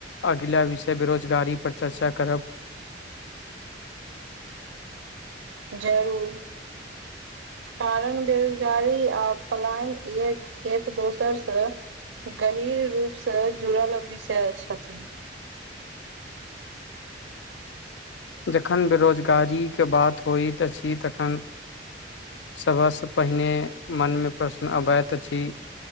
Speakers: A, on the left; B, on the right.
A: अगिला विषय बेरोजगारी पर चर्चा करब
B: जरूर। कारण बेरोजगारी आ पलायन एक - एक दोसर से गहिर रूप से जुड़ल विषय छथिन।
A: जखन बेरोजगारी के बात होइत अछि तखन सभ से पहिने मन मे प्रश्न अबैत अछि